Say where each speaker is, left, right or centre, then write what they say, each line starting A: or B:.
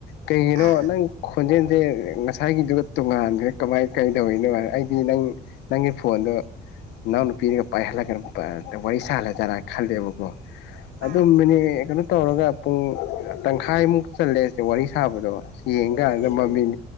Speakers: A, on the left; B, on the right.
A: ꯀꯩꯒꯤꯅꯣ
B: ꯑꯥ
A: ꯅꯪ ꯈꯣꯟꯖꯦꯜꯁꯦ ꯉꯁꯥꯏꯒꯤꯗꯨꯒ ꯇꯣꯉꯥꯟꯒ꯭ꯔꯦ ꯀꯃꯥꯏ ꯀꯩꯗꯧꯔꯤꯅꯣ ꯑꯩꯗꯤ ꯅꯪ ꯅꯪꯒꯤ ꯐꯣꯟꯗꯣ ꯅꯅꯥꯎ ꯅꯨꯄꯤꯅꯒ ꯄꯏꯍꯜꯂꯒꯅ ꯋꯥꯔꯤ ꯁꯥꯍꯜꯂꯖꯔꯥ ꯈꯜꯂꯦꯕꯀꯣ ꯑꯗꯨ
B: ꯑꯥ
A: ꯃꯤꯅꯦ ꯀꯩꯅꯣ ꯇꯧꯔꯒ ꯄꯨꯡ ꯇꯪꯈꯏꯃꯨꯛ ꯆꯜꯂꯦ ꯁꯤ ꯋꯥꯔꯤ ꯁꯥꯕꯗꯣ ꯌꯦꯡꯗꯥ ꯌꯔꯣꯏ
B: ꯎꯝ
A: ꯃꯃꯤꯡ